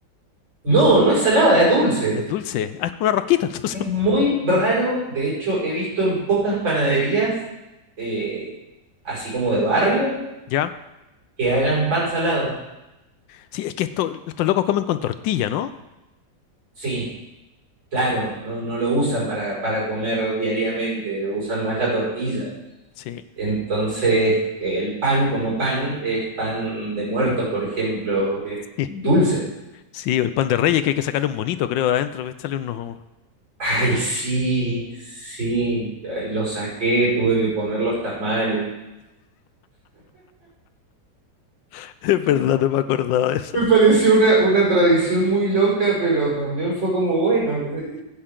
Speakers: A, on the right; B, on the left.
A: No, no es salada, es dulce.
B: Es dulce. Ah, es como una rosquita, <laughs> entonces.
A: Es muy raro. De hecho, he visto en pocas panaderías, eh, así como de barrio,
B: Ya.
A: que hagan pan salado.
B: Sí, es que esto, estos locos comen con tortilla, ¿no?
A: Sí, claro, no, no lo usan para, para comer diariamente, usan más la tortilla.
B: Sí.
A: Entonces, eh, el pan como pan es pan de muertos, por ejemplo, que es
B: <laughs>
A: dulce.
B: Sí, el pan de reyes que hay que sacarle un monito, creo, de adentro, echarle unos,
A: Ay, sí, sí, eh, lo saqué, tuve que poner los tamales.
B: <laughs> Es verdad, no me acordaba de eso.
A: Me pareció una, una tradición muy loca, pero también fue como, bueno, eh,